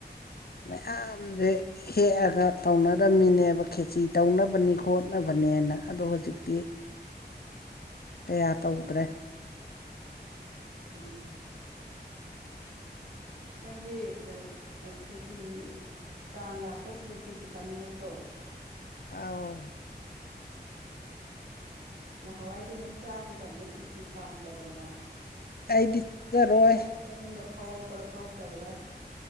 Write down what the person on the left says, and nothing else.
ꯃꯌꯥꯝꯁꯦ ꯍꯦꯛꯑꯒ ꯇꯧꯅꯔꯝꯃꯤꯅꯦꯕ ꯈꯦꯆ ꯇꯧꯅꯕꯅꯤ ꯈꯣꯠꯅꯕꯅꯦ ꯑꯗꯣ ꯍꯧꯖꯤꯛ ꯤ ꯀꯌꯥ ꯇꯧꯗ꯭ꯔꯦ
ꯑꯥꯎ
ꯑꯩꯗꯤ ꯆꯥꯖꯔꯣꯏ